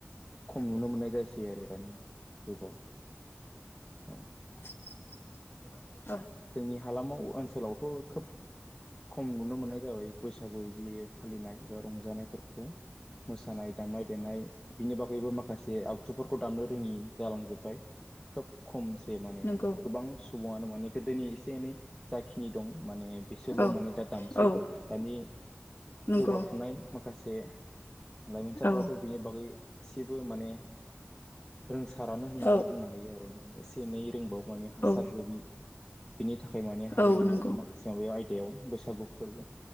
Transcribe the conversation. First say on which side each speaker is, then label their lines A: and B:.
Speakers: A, on the left (about 15°); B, on the left (about 60°).
A: खम नुनो मोननाय जासि आरो दानि जुगाव औ
B: <unintelligible>
A: जोंनि हालामाव ओनसोलावथ' खोब खम नुनो मोननाय जाबाय बैसागु इदि फालिनाय बा रंजानायफोरखौ मोसानाय दामनाय देनाय बिनि बागैबो माखा से आगजुफोरखौ दामनो रोङि जालांजोबबाय खोब खमसे माने
B: नंगौ
A: गोबां ङानो माने गोदोनि एसे एनै जाखिनि दं माने बिसोरल'
B: औ
A: माने दा दामसै।
B: औ
A: दानि
B: नंगौ
A: जौगाफुनाय माखासे लाइमोनसाफथ'
B: औ
A: बेनि बागै एसेबो माने रोंसारानो होननानै
B: औ
A: बुंनो हायो आरो। एसे एनै रोंबाबो माने हासार
B: औ
A: जोबि बिनि थाखाय माने हारिमु
B: औ नंगौ
A: माखासे माबाया आय दायाव बैसागु फोरबो